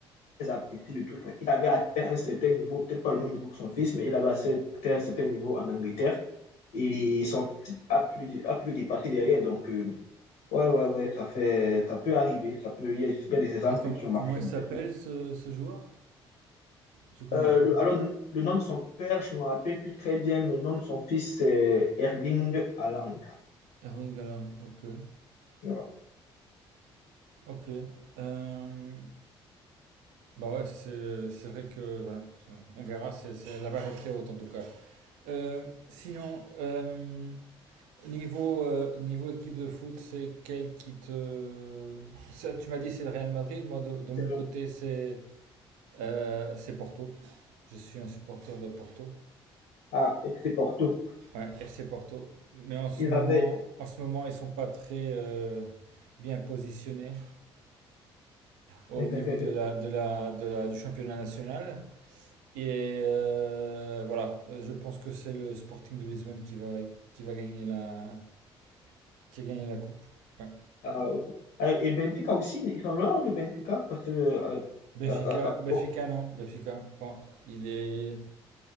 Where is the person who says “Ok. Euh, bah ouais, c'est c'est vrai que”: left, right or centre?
Right